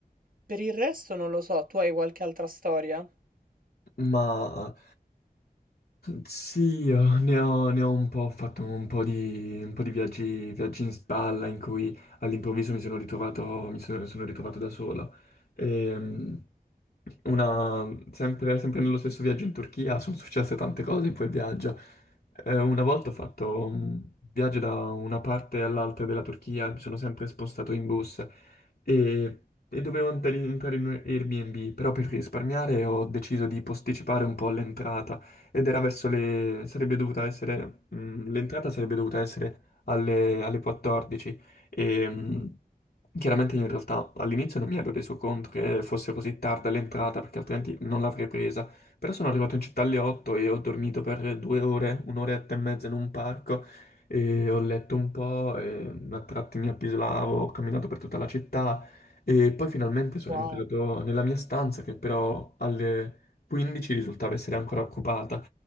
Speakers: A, on the right; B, on the left.
A: per il resto non lo so, tu hai qualche altra storia?
B: ma sì, io ne ho, ne ho un po', ho fatto un po' di, un po' di viaggi, viaggi in spalla in cui all'improvviso mi sono ritrovato, mi sono, sono ritrovato da solo. Ehm, una- sempre, sempre nello stesso viaggio in Turchia sono successe tante cose in quel viaggio. Eh, una volta ho fatto un viaggio da una parte all'altra della Turchia, mi sono sempre spostato in bus e, e dovevo andare- entrare in un Airbnb, però per risparmiare ho deciso di posticipare un po' l'entrata ed era verso le... sarebbe dovuta essere... mm, l'entrata sarebbe dovuta essere alle, alle 14 e... mm, Chiaramente in realtà all'inizio non mi ero reso conto che fosse così tarda l'entrata perché altrimenti non l'avrei presa, però sono arrivato in città alle 8 e ho dormito per due ore, un'oretta e mezza in un parco e ho letto un po', e a tratti mi appisolavo, ho camminato per tutta la città e poi finalmente sono
A: Wow.
B: entrato nella mia stanza che però alle 15 risultava essere ancora occupata.